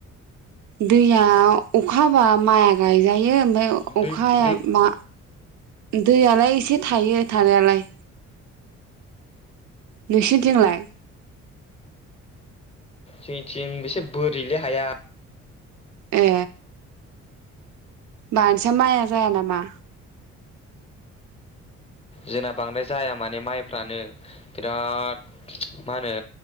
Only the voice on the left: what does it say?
दै
दै
जोंनिथिं बेसे बोरिलै हाया।
जोंना बांद्राय जाया माने माइफ्रानो बिराद मा होनो